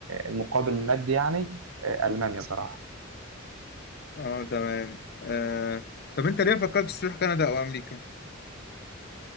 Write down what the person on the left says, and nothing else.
اه تمام آه. طب انت ليه فكرت تروح كندا او امريكا